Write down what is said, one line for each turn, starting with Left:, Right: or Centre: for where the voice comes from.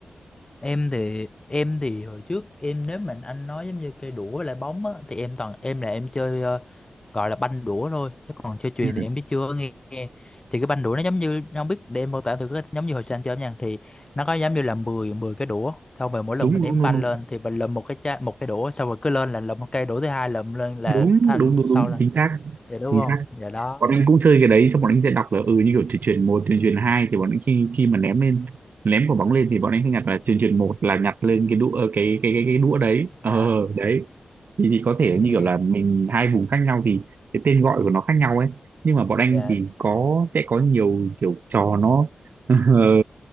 Left: em thì em thì hồi trước em nếu mà anh nói giống như cây đũa với lại bóng á thì em toàn em là em chơi ờ, gọi là banh đũa thôi chứ còn chơi chuyền
Right: Ừ,
Left: thì em biết chưa nghe, nghe. thì cái banh đũa nó giống như nó không biết để em mô tả thử cái giống như hồi xưa anh chơi nha thì nó có giống như là 10 10 cái đũa xong rồi mỗi lần
Right: đúng
Left: mình đếm
Right: đúng đúng
Left: banh
Right: đúng
Left: lên thì mình lượm một cái chai một cái đũa xong rồi cứ lên là lượm một cây đũa thứ hai lượm lên là
Right: đúng
Left: thành
Right: đúng đúng
Left: sau
Right: đúng
Left: ra
Right: chính xác
Left: dạ đúng
Right: chính
Left: không
Right: xác
Left: dạ đó
Right: bọn anh cũng chơi cái đấy xong bọn anh sẽ đọc là ừ như kiểu chuyển chuyển một chuyển chuyển hai thì bọn anh khi khi mà ném lên ném quả bóng lên thì bọn anh sẽ nhặt là chuyển chuyển một là nhặt lên cái đũa ờ, cái cái cái cái đũa đấy ờ
Left: dạ
Right: đấy thì, thì có thể
Left: thì
Right: như kiểu là mình hai vùng khác nhau thì cái tên gọi của nó khác nhau ấy nhưng mà bọn anh
Left: dạ
Right: thì có sẽ có nhiều kiểu trò nó <laughs>